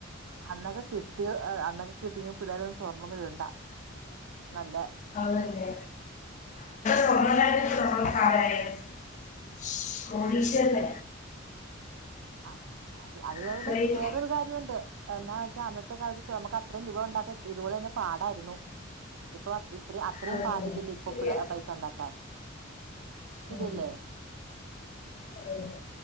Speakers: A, on the right; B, on the left.
A: അന്നൊക്കെ കെട്ടി അന്നൊക്കെ കിട്ടി പിള്ളേരം സ്വർണ്ണം ഒന്ന് ഇടണ്ട നല്ല
B: അതന്നെ <unintelligible> കോടീഷ്വര്ന
A: ആ അ അത്
B: അത്രയും
A: പക്ഷെ വേറൊരു കാര്യംണ്ട് എന്നാന്ന് വെച്ചാ അന്നത്തെ കാലത്ത് നമുക്ക് അത്രയും രൂപ ഉ. കാക്ക ഇപോലെ തന്നെ പാടായിരുന്നു ഇപ്പൊ ഇത്ര അത്രയും
B: അത് തന്നെ
A: പാട് ഇല്ലല്ലോ ഇപ്പൊ
B: ശരിയാ
A: ഇ പൈസ ഉണ്ടാക്കാൻ. ശരിയല്ലേ
B: ഉം. അത് തന്നെ.